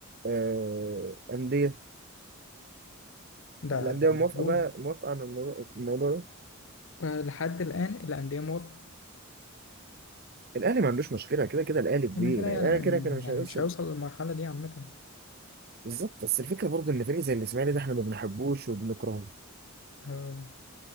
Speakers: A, on the right; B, on the left.
A: آه، أندية
B: ده
A: الأندية
B: ده المفروض
A: موافقة بقى موافقة على الموضوع الموضوع ده
B: آه، لحد الآن الأندية موافقة
A: الأهلي ما عندوش مشكلة كده كده الأهلي كبير
B: يبقى كده
A: الأهلي
B: يعني
A: كده
B: م-
A: كده مش
B: يعني
A: هيوصل
B: مش هيوصل للمرحلة دي عامة
A: بالظبط بس الفكرة برضه إن فريق زي الإسماعيلي ده إحنا ما بنحبوش وبنكرهه
B: آه،